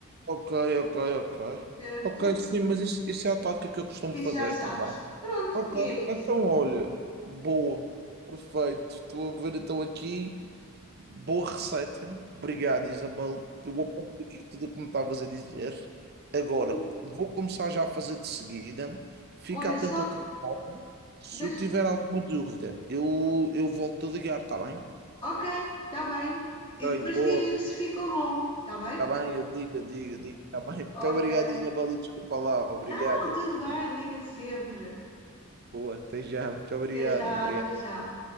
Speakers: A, on the right; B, on the left.
A: Ok, ok, ok.
B: certo?
A: Ok, sim, mas isso, isso é a tática que eu costumo
B: Isso
A: fazer
B: já sabes.
A: também.
B: Pronto,
A: Ok,
B: e é isso.
A: então olha, boa, perfeito. Estou a ver, estou aqui. Boa receita. Obrigado, Isabel. Eu vou apontar aqui tudo o que me estavas a dizer. Agora,
B: O-
A: vou começar já a fazer de seguida. Fica
B: Olha,
A: atento
B: só
A: ao telefone. Se
B: deixa,
A: eu tiver alguma dúvida, eu, eu volto a ligar, está bem?
B: Ok, está bem. E
A: Ok,
B: depois
A: boa.
B: diz-me se ficou bom, está bem?
A: Está bem, eu digo, eu digo, eu digo. Está bem. Muito
B: Ok.
A: obrigado, Isabel. e Desculpa lá. Obrigado.
B: Não,
A: Até
B: tudo
A: já.
B: bem, liga sempre.
A: Boa, até já. Muito obrigado.
B: Até já,
A: Obrigado.
B: até já.